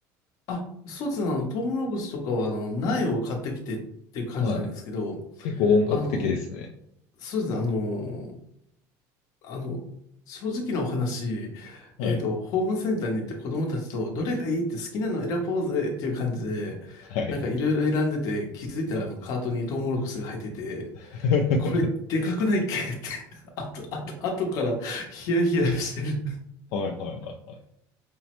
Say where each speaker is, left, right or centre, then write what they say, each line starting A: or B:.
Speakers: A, on the left; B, on the left.
A: あ、そうですね、あの、トウモロコシとかは、あの、苗を買ってきてっていう感じなんですけど、
B: はい。結構本格的ですね。
A: あの、そうですね、あの、あの、正直なお話、
B: はい。
A: えっと、ホームセンターに行って子供たちと、どれがいいって好きなの選ぼうぜっていう感じで、
B: はい。
A: なんかいろいろ選んでて、気づいたらあのカートにトウモロコシが入ってて、
B: はい。<laughs>
A: これでかくないっけって、<laughs> あと、あと、あとからヒヤヒヤしてる。
B: はいはいはいは